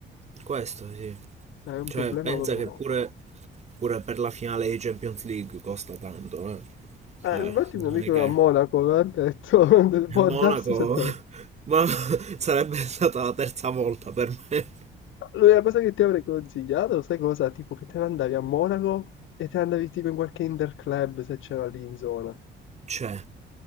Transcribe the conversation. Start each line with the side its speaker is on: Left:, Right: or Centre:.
Right: questo sì.
Left: È un
Right: Cioè,
Left: problema
Right: pensa
Left: proprio
Right: che
Left: no.
Right: pure, pure per la finale di Champions League costa tanto, eh.
Left: Eh,
Right: Cioè,
Left: infatti un amico
Right: non è che...
Left: a Monaco mi ha detto, <laughs> può
Right: E Monaco...
Left: darsi sotto
Right: <laughs> Ma <laughs> sarebbe stata la terza volta per me.
Left: L'unica cosa che ti avrei consigliato, sai cosa? Tipo che te ne andavi a Monaco e te ne andavi tipo in qualche interclub se c'era lì in zona.
Right: C'è.